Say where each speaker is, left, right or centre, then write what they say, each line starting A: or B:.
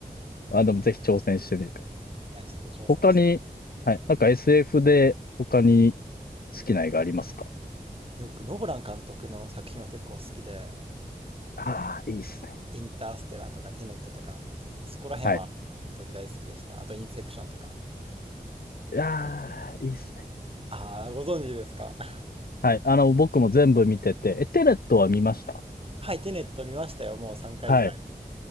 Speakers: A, on the right; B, on the left.
A: そ
B: あ、でもぜひ挑戦してみてください。
A: う。いや、ちょっと挑戦したい。
B: 他に、はい。なんか SF で他に好きな映画ありますか
A: で僕、ノーラン監督の作品は結構好きで、
B: ああ、いいっすね。
A: インターステラーとかテネットとか、そこら辺は本当に大好きでした。
B: はい。
A: あと、インセプションとか。
B: ああ、いいっすね。
A: ああ、ご存知ですか。<laughs>
B: はい。あの、僕も全部見てて、え、テネットは見ました。
A: はい、テネット見ましたよ。もう3回ぐらい。
B: はい。